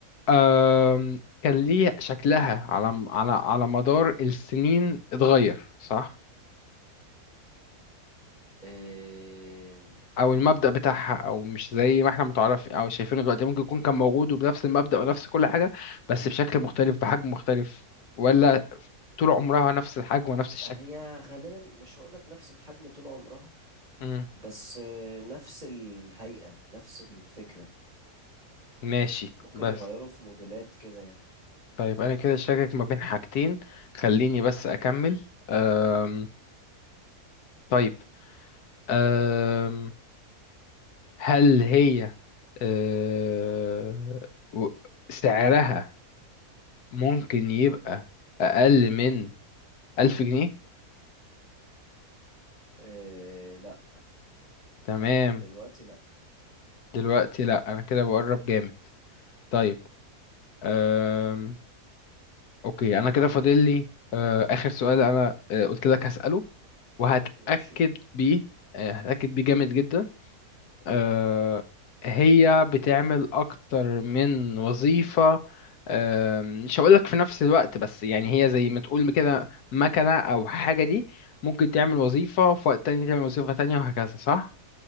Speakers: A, on the left; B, on the right.
A: أم... كان ليه شكلها على على على مدار السنين اتغير صح؟
B: آه
A: أو المبدأ بتاعها أو مش زي ما احنا متعرف أو شايفينه دلوقتي ممكن يكون كان موجود وبنفس المبدأ ونفس كل حاجة بس بشكل مختلف بحجم مختلف ولا طول عمرها نفس الحجم ونفس الشكل؟
B: هي غالبا مش هقولك نفس الحجم طول عمرها
A: مم.
B: بس آه نفس الهيئة نفس الفكرة
A: ماشي
B: ممكن
A: بس
B: يغيروا في موديلات كده يعني
A: طيب انا كده شاكك ما بين حاجتين خليني بس اكمل أم... طيب أم... هل هي أه... و- سعرها ممكن يبقى اقل من الف جنيه
B: آه لا
A: تمام
B: دلوقتي
A: دلوقتي لا انا كده بقرب جامد طيب أم... اوكي انا كده فاضل لي أه... اخر سؤال انا أه، قلت لك هسأله وهتأكد
B: ماشي
A: بيه أه، هتأكد بيه جامد جدا آه، هي بتعمل أكتر من وظيفة آه، مش هقولك في نفس الوقت بس يعني هي زي ما تقول كده مكنة أو حاجة دي ممكن تعمل وظيفة في وقت تاني تعمل وظيفة تانية وهكذا صح؟